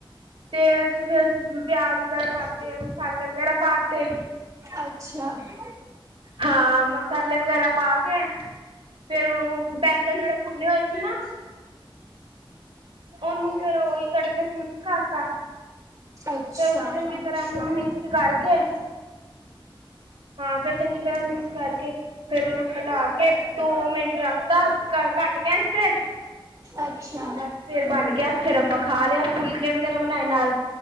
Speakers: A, on the right; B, on the right.
A: ਤੇਲ 'ਚ ਫੇਰ ਅਸੀ ਪਿਆਜ ਵਗੈਰਾ ਪਾ ਤੇ ਆ ਮਸਾਲੇ ਵਗੈਰਾ ਪਾ ਤੇ
B: ਅੱਛਾ, ਹੂੰ,
A: ਹਾਂ ਮਸਾਲੇ ਵਗੈਰਾ ਪਾ ਕੇ ਫੇਰ ਉਨੂੰ ਬੈਂਗਨ ਜੇੜੇ ਭੁੰਨੇ ਹੋਏ ਸੀ ਨਾ ਉਨੂੰ ਫੇਰ ਉਹੀ ਤੜਕੇ 'ਚ ਮਿਕਸ ਕਰ ਤਾ।
B: ਅੱਛਾ,
A: ਫੇਰ ਉਨੂੰ ਚੰਗੀ ਤਰ੍ਹਾਂ ਮਿਕਸ ਕਰਕੇ ਹਾਂ ਫਿਰ ਚੰਗੀ ਤਰ੍ਹਾਂ ਮਿਕਸ ਕਰਕੇ ਫੇਰ ਉਨੂੰ ਹਿਲਾ ਕੇ ਦੋ ਮਿੰਟ ਰੱਖਤਾ ਘ ਘੱਟ ਗੈਸ ਤੇ
B: ਅੱਛਾ
A: ਬਸ ਫੇਰ ਬਣ ਗਿਆ ਫੇਰ ਆਪਾਂ ਖਾ ਲਿਆ ਫੁਲਕੇ ਵਗੈਰਾ ਬਣਾਏ ਨਾਲ